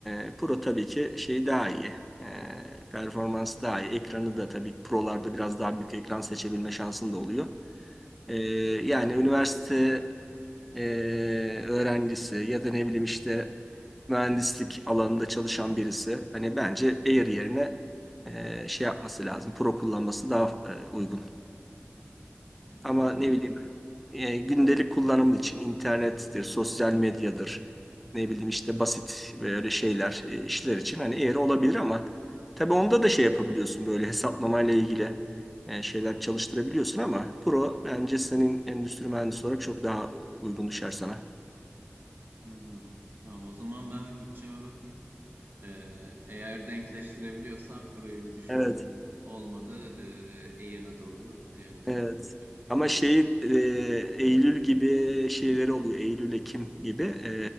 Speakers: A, in the centre; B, on the right.
A: E, Pro tabii ki şey daha iyi, e, performans daha iyi. Ekranı da tabii Pro'larda biraz daha büyük ekran seçebilme şansın da oluyor. E, yani üniversite e, öğrencisi ya da ne bileyim işte mühendislik alanında çalışan birisi. Hani bence Air yerine e, şey yapması lazım, Pro kullanması daha e, uygun.
B: Hmm,
A: Ama
B: Anladım.
A: ne bileyim e, gündelik kullanım için internettir, sosyal medyadır, ne bileyim işte basit böyle şeyler, e, işler için hani eğri olabilir ama tabii onda da şey yapabiliyorsun böyle hesaplamayla ilgili e, şeyler çalıştırabiliyorsun ama pro bence senin endüstri mühendisi olarak çok daha uygun düşer sana.
B: Anladım. Tamam o zaman ben bir bütçeme bakayım. Ee, eğer denkleştirebiliyorsam burayı bir düşüneyim.
A: Evet.
B: Olmadı e, Air'a doğru kayabilirim
A: Evet.
B: duruma göre.
A: Ama şeyi e, Eylül gibi şeyleri oluyor. Eylül, Ekim gibi e,